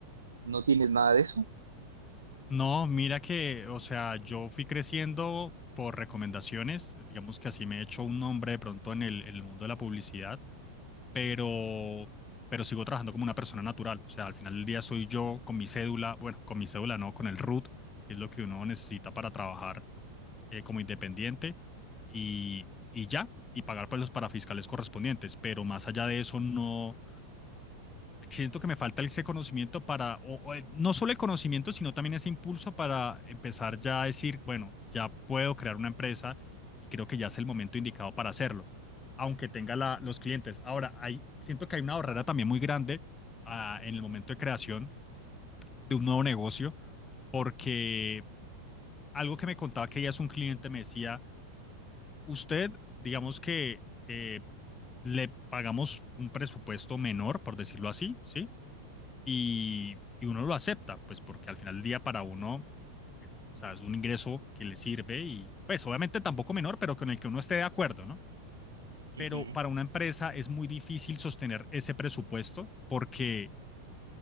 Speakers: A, on the right; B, on the left.
A: ¿No tienes nada de eso?
B: No, mira que, o sea, yo fui creciendo por recomendaciones, digamos que así me he hecho un nombre de pronto en el, en el mundo de la publicidad, pero, pero sigo trabajando como una persona natural, o sea, al final del día soy yo con mi cédula, bueno, con mi cédula no, con el RUT, que es lo que uno necesita para trabajar eh, como independiente y, y ya, y pagar pues los parafiscales correspondientes, pero más allá de eso no siento que me falta ese conocimiento para, o, o, eh, no solo el conocimiento, sino también ese impulso para empezar ya a decir, bueno, ya puedo crear una empresa y creo que ya es el momento indicado para hacerlo, aunque tenga la- los clientes. Ahora, hay, siento que hay una barrera también muy grande ah, en el momento de creación de un nuevo negocio, porque algo que me contaba que ella es un cliente me decía, usted, digamos que... eh, le pagamos un presupuesto menor, por decirlo así, ¿sí? y, y uno lo acepta, pues porque al final del día para uno es, o sea, es un ingreso que le sirve y pues obviamente tampoco menor, pero con el que uno esté de acuerdo, ¿no?
A: Ujú.
B: Pero para una empresa es muy difícil sostener ese presupuesto porque